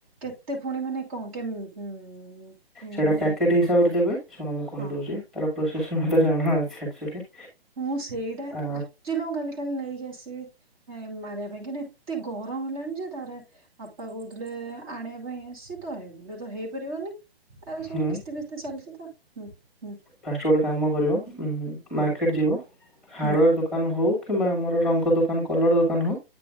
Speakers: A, on the right; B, in the centre.
A: କେତେ ପୁଣି ମାନେ କଣ କେ ମାନେ
B: ସେଇଟା ପ୍ୟାକେଟ୍ ହିସାବରେ ଦେବେ ଶୁଣ ମୁଁ କହିଦେଉଛି
A: ହଁ
B: ଠାର ପ୍ରୋସେସ ମୋତେ ଜଣା ଅଛି ଆକ୍ଚୁଆଲି
A: ମୁଁ ସେଇଟା
B: ଆ
A: ଆକ୍ଚଲି ମୁଁ କାଲି କାଲି ନେଇକି ଆସିବି ଏ ମାରିବା ପାଇଁ କି ଏତେ ଗରମ ହେଲାଣି ଯେ ତା ପରେ ବାପା କହୁଥିଲେ ଆଣିଆ ପାଇଁ ଆସଛି ତ ଏବେ ତ ହେଇପାରିବନି। ଆରେ
B: ହୁଁ
A: ସବୁ କିସ୍ତି ଫିସ୍ତି ଚାଲିଛି ତ ହୁଁ ହୁଁ।
B: ଫାଷ୍ଟ୍ ଗୋଟେ କାମ କରିବ ମ
A: ହଁ
B: ମାର୍କେଟ୍ ଯିବ ହାର୍ଡଓୟାର
A: ହୁଁ
B: ଦୋକାନ ହଉ କିମ୍ବା ଆମର ରଙ୍ଗ ଦୋକାନ କଲର ଦୋକାନ ହଉ